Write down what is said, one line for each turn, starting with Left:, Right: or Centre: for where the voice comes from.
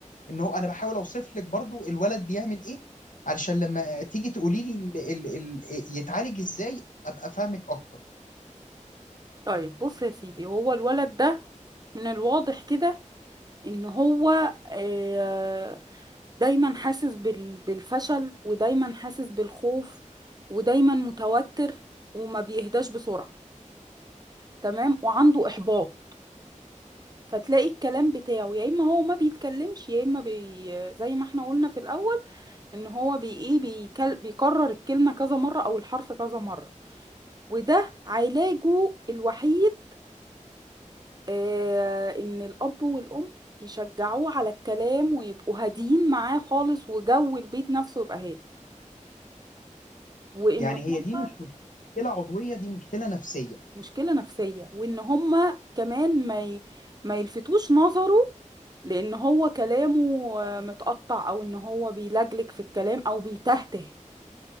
Left: إن هو أنا بحاول أوصف لك برضو الولد بيعمل إيه علشان لما تيجي تقولي لي ال ال ال يتعالج إزاي أبقى فاهمك أكتر
Right: طيب بص يا سيدي هو الولد ده من الواضح كده ان هو آه، دايما حاسس بال- بالفشل ودايما حاسس بالخوف ودايما متوتر وما بيهداش بسرعة تمام وعنده إحباط فتلاقي الكلام بتاعه يا إما هو ما بيتكلمش يا إما بي زي ما احنا قلنا في الأول إن هو بي إيه بيكل... بيكرر الكلمة كذا مرة أو الحرف كذا مرة وده علاجه الوحيد آه، ان الاب والام يشجعوه على الكلام ويبقوا هاديين معاه خالص وجو البيت نفسه يبقى هادي وان
Left: يعني
Right: هم
Left: هي دي مش مشكلة عضوية دي مشكلة نفسية
Right: مشكله نفسيه وان هم كمان ما ي... ما يلفتوش نظره لان هو كلامه آه، متقطع او ان هو بيلجلج في الكلام او بيتهته